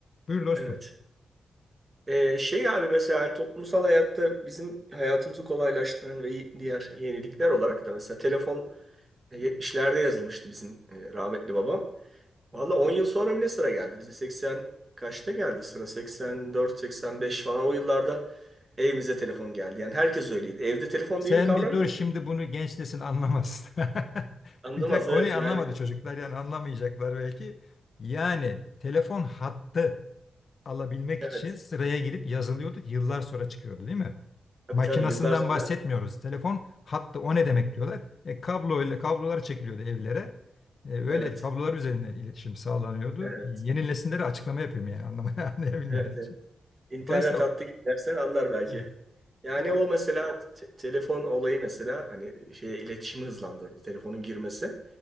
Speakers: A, on the left; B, on the right.
A: Buyur dostum.
B: Evet. Ee, şey abi mesela hani toplumsal hayatta bizim hayatımızı kolaylaştıran ve y- diğer yenilikler olarak da mesela telefon e, 70'lerde yazılmıştı bizim e, rahmetli babam. Valla 10 yıl sonra mı ne sıra geldi? Bize 80 kaçta geldi sıra? 84, 85 falan o yıllarda evimize telefon geldi. Yani herkes öyleydi. Evde telefon
A: Sen
B: diye bir kavram
A: bir dur
B: yok.
A: şimdi bunu genç nesil anlamaz. <laughs>
B: Anlamaz
A: Bir de konuyu
B: evet yani.
A: anlamadı çocuklar yani anlamayacaklar belki. Yani telefon hattı alabilmek
B: Evet.
A: için sıraya girip yazılıyorduk. Yıllar sonra çıkıyordu değil mi?
B: Tabii
A: Makinasından
B: tabii yıllar sonra.
A: bahsetmiyoruz. Telefon hattı o ne demek diyorlar. E, kablo ile kablolar çekiliyordu evlere. E, öyle
B: Evet.
A: kablolar üzerinden iletişim sağlanıyordu.
B: Evet.
A: Yeni nesillere açıklama yapıyorum yani anlamaya <laughs> anlayabilmeleri
B: Evet.
A: için.
B: Evet. İnternet
A: Dolayısıyla
B: hattı gidersen anlar belki.
A: evet,
B: Yani
A: o
B: o mesela te- telefon olayı mesela hani şey iletişimi hızlandırdı telefonun girmesi